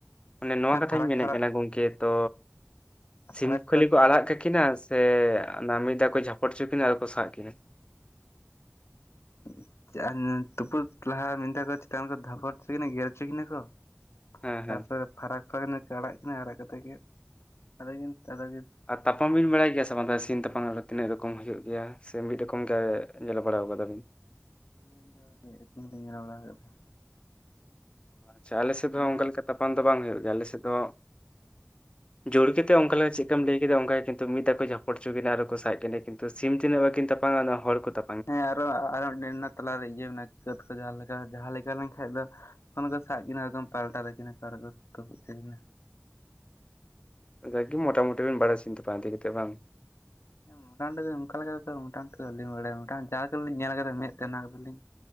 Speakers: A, on the left; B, on the left.
A: ᱚᱱᱮ ᱱᱚᱣᱟ ᱠᱟᱛᱷᱟᱧ
B: ᱯᱷᱟᱨᱟᱠ
A: ᱢᱮᱱᱮᱫ
B: ᱯᱷᱟᱨᱟᱠ
A: ᱠᱟᱱᱟ ᱜᱚᱢᱠᱮ ᱛᱚ ᱥᱤᱢ
B: ᱯᱷᱟᱨᱟᱠ ᱯᱷᱟᱨᱟᱠ
A: ᱠᱷᱟᱹᱞᱤ ᱠᱚ ᱟᱲᱟᱜ ᱠᱟᱠᱤᱱᱟ ᱥᱮ ᱚᱱᱟ ᱢᱤᱫ ᱫᱷᱟᱣ ᱠᱚ ᱡᱷᱟᱯᱚᱴ ᱚᱪᱚ ᱠᱤᱱᱟᱹ ᱟᱨ ᱠᱚ ᱥᱟᱵ ᱠᱤᱱᱟ᱾
B: <unintelligible> ᱞᱟᱦᱟ ᱢᱤᱫ ᱫᱷᱟᱣ ᱠᱚ ᱪᱤᱛᱟᱱ ᱨᱮᱠᱚ ᱡᱷᱟᱯᱚᱴ ᱦᱚᱪᱚ ᱠᱤᱱ ᱜᱮᱨ ᱦᱚᱰᱟᱜ ᱠᱤᱱᱟ ᱠᱚ᱾
A: ᱦᱮᱸ
B: ᱛᱟᱯᱚᱨᱮ
A: ᱦᱮᱸ
B: ᱯᱷᱟᱨᱟᱠ ᱯᱷᱟᱨᱟᱠ ᱱᱟᱹᱠ ᱟᱲᱟᱜ ᱠᱤᱱᱟᱹ ᱟᱲᱟᱜ ᱠᱟᱛᱮᱫ ᱟᱫᱚ ᱠᱤᱱ ᱟᱫᱚ ᱠᱤᱱ᱾ ᱛᱩᱯᱩᱜᱼᱟ
A: ᱟᱨ ᱛᱟᱯᱟᱢ
B: ᱟᱹᱞᱤᱧ
A: ᱵᱤᱱ ᱵᱟᱲᱟᱭ ᱜᱮᱭᱟ <unintelligible> ᱛᱟᱯᱟᱝ ᱛᱤᱱᱟᱹᱜ ᱨᱚᱠᱚᱢ ᱦᱩᱭᱩᱜ ᱜᱮᱭᱟ ᱥᱮ ᱢᱤᱫ ᱨᱚᱠᱚᱢ ᱜᱮ ᱧᱮᱞᱚ ᱵᱟᱲᱟ ᱠᱟᱫᱟ ᱵᱤᱱ?
B: ᱟᱞᱤᱧ ᱫᱚ ᱢᱤᱫ ᱨᱚᱠᱚᱢ ᱜᱮᱞᱤᱧ ᱧᱮᱞ ᱵᱟᱲᱟ ᱟᱠᱟᱫᱟ᱾
A: ᱟᱪᱪᱷᱟ ᱟᱞᱮᱥᱮᱫ
B: ᱧᱮᱞ
A: ᱚᱱᱠᱟ ᱞᱮᱠᱟ ᱛᱟᱯᱟᱱ ᱫᱚ ᱵᱟᱝ ᱦᱩᱭᱩᱜ ᱜᱮᱭᱟ ᱟᱞᱮ ᱥᱮᱫ ᱫᱚ ᱡᱳᱲ ᱠᱟᱛᱮᱫ ᱚᱱᱠᱟ ᱞᱮᱠᱟ ᱪᱮᱫᱠᱟᱢ ᱞᱟᱹᱭ ᱠᱮᱫᱟ ᱚᱱᱠᱟ ᱠᱤᱱᱛᱩ ᱢᱤᱫ ᱫᱷᱟᱣ ᱠᱚ ᱡᱷᱟᱯᱚᱴ ᱦᱚᱪᱚ ᱠᱤᱱᱟ ᱟᱨ ᱠᱚ ᱥᱟᱵ ᱠᱤᱱᱟ᱾ ᱠᱤᱱᱛᱩ ᱥᱤᱢ ᱛᱤᱱᱟᱹᱜ ᱵᱟᱠᱤᱱ ᱛᱟᱯᱟᱢᱟ ᱠᱤᱱᱛᱩ ᱦᱚᱲ ᱠᱚ ᱛᱟ
B: ᱦᱮᱸ ᱟᱨᱚ ᱟᱨ ᱢᱤᱫᱴᱮᱱ ᱛᱟᱞᱟ ᱨᱮ ᱤᱭᱟᱹ ᱠᱟᱹᱛ ᱠᱚ ᱡᱟᱦᱟ ᱞᱮᱠᱟ ᱡᱟᱦᱟᱸ ᱞᱮᱠᱟ ᱞᱮᱱᱠᱷᱟᱱ ᱫᱚ <unintelligible> ᱠᱚ ᱥᱟᱵ ᱠᱤᱱᱟ ᱮᱠᱫᱚᱢ ᱯᱟᱞᱴᱟ ᱛᱟᱠᱤᱱᱟ ᱛᱟᱨᱯᱚᱨ ᱠᱚ ᱛᱚᱯᱚᱛ ᱠᱤᱱᱟ᱾
A: <unintelligible> ᱢᱚᱴᱟ ᱢᱩᱴᱤ ᱵᱤᱱ ᱵᱟᱲᱟᱭᱟ ᱥᱤᱢ ᱛᱚᱯᱚᱛ ᱤᱫᱤ ᱠᱟᱛᱟᱫ ᱵᱟᱝ᱾
B: ᱦᱮ ᱢᱚᱴᱟᱢᱩᱴᱤ ᱫᱚ ᱚᱝᱠᱟ ᱞᱮᱠᱟ ᱛᱮᱫᱚ ᱢᱚᱴᱟᱢᱩᱴᱤ ᱫᱚ ᱵᱟᱹᱞᱤᱧ ᱵᱟᱰᱟᱭᱟ ᱡᱟ ᱩᱛᱟᱹᱨ ᱞᱤᱧ ᱧᱮᱞ ᱠᱟᱫᱟ ᱢᱮᱫ ᱛᱮᱱᱟ ᱾